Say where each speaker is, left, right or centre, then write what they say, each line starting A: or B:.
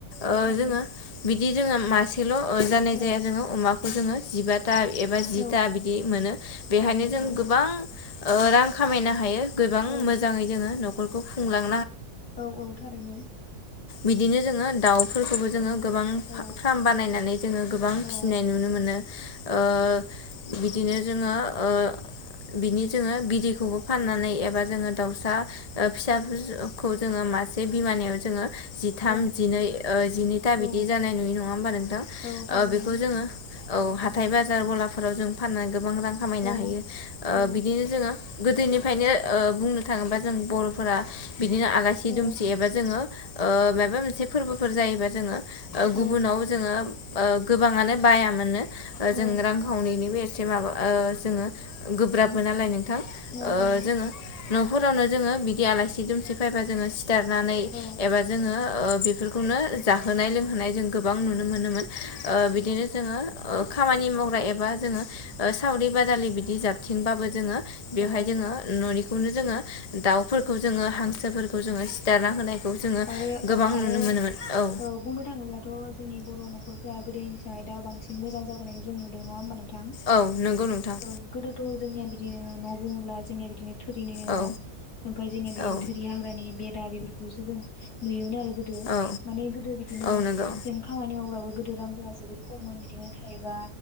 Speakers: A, on the left (about 35°); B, on the left (about 80°).
A: ओ
B: थारैनो
A: जोङो बिदि जोङो मासेल' जानाय
B: औ
A: जाया जोङो अमाखौ जोङो जिबा था एबा जिथा
B: औ
A: बिदि मोनो बेहायनो
B: औ नंगौ
A: जों गोबां ओ रां खामायनो हायो गोबां
B: औ
A: मोजाङै जोङो न'खरखौ खुंलाङो
B: औ औ थारैनो
A: बिदिनो जोङो दाउफोरखौबो जोङो गोबां
B: औ
A: फार्म बानायनानै जोङो गोबां
B: औ
A: फिसिनाय नुनो मोनो ओ बिदिनो जोङो ओ बिनि जोङो बिदैखौबो फाननानै एबा जोङो दाउसा ओ फिसाखौ जोङो मासे बिमानियाव जोङो जिथाम
B: औ
A: जिनै ओ जिनैथा बिदि
B: औ औ
A: जानाय नुि नङा होमबा नोंथां ओ
B: औ थारैनो
A: बेखौ जोङो औ हाथाय बाजार गलाफोराव जों फाननानै गोबां रां खामायनो
B: औ
A: हायो ओ
B: औ
A: बिदिनो जोङो गोदोनिफ्रायनो ओ बुंनो थाङोबा जों बर'फोरा बिदिनो आलासि
B: औ
A: दुमसि एबा जोङो ओ माबा मोनसे फोरबोफोर जायोबा जोङो ओ गुबुनाव
B: औ
A: जोङो ओ गोबाङानो बायामोननो जों
B: औ
A: रांखावरिनिबो एसे माबा ओ जोङो गोब्राबमोन नालाय नोंथां
B: औ
A: ओ जोंङो न फोरावनो जोङो बिदि आलासि दुमसि फैबा जोङो सिथारनानै
B: औ
A: एबा जोङो ओ बेफोरखौनो जाहोनाय लोंहोनाय जों गोबां नुनो मोनोमोन ओ बिदिनो जोङो ओ खामानि मावग्रा एबा जोङो ओ सावरि बादालि बिदि जाबथिंबाबो जोङो बेयावहाय
B: औ
A: जोङो न'निखौनो जोङो दाउफोरखौ जोङो हांसोफोर खौ जोङो सिथारना होनायखौ जोङो
B: आरो
A: गोबां
B: औ
A: नुनो
B: आरो
A: मोनोमोन औ
B: बुंनो थाङोब्लाथ' जोंनि बर' न'खरफोरा गोदोनिफ्राय दा बांसिन मोजां जाबोनायखौ जों नुदों नङा होनोमबा नों थां
A: औ नंगौ नोंथां
B: औ गोदोथ' जोंनिया बिदिनो न'बुङोब्ला जोंनिया बिदिनो थोरिनि न'
A: औ
B: ओमफ्राय जोंनिया बिदिनो
A: औ
B: थोरि हाग्रानि बेरा बेफोरखौसो जों नुयोमोन आरो गोदो
A: औ
B: माने गोदो बिदिनो
A: औ नंगौ
B: जों खामानि मावब्लाबो गो- गोदो रांफोरा जोबोद खममोन बिदिनो थाइबा